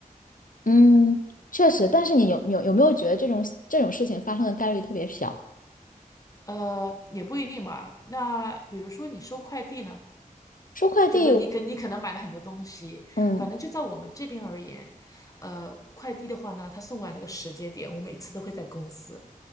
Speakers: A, on the left; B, on the left.
A: 嗯，确实，但是你有有有没有觉得这种这种事情发生的概率特别小？
B: 呃，也不一定嘛。那比如说你收快递呢？
A: 收快递，
B: 就是说你可你可能买了很多东西，
A: 嗯
B: 反正就在我们这边而言，呃，快递的话呢，他送过来那个时间点，我每次都会在公司，